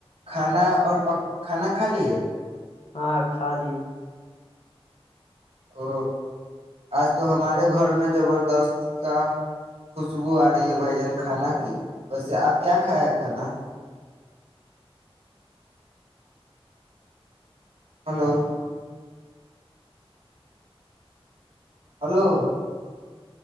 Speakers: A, on the right; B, on the left.
A: کھانا اور کھانا کھا لی ہے
B: ہاں کھا لی
A: او آج تو ہمارے گھر میں زبردست کا خوشبو آ رہی ہے بھائی جان کھانا کی ویسے آپ کیا کھا ہے کھانا hello hello